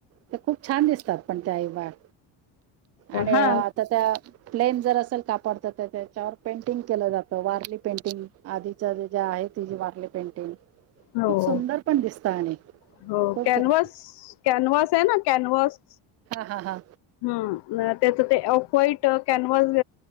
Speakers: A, on the right (about 35°); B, on the left (about 60°).
A: ते खूप छान दिसतात पण त्या आईबाग. आणि
B: हा
A: आता त्या प्लेन जर अस. काय त्याच्यावर पेंटिंग केलं जात वारली पेंटिंग आधीच ज्या आहे ती वार पेंटिंग.
B: हो-हो
A: खूप सुंदर पण दिसतं आणि खूप
B: कॅनवस
A: सुंदर
B: कॅनव्हाॅस आहे ना कॅनव्हाॅस.
A: हा-हा
B: हं म त्याच ते ऑफ व्हाईट कॅनव्हाॅस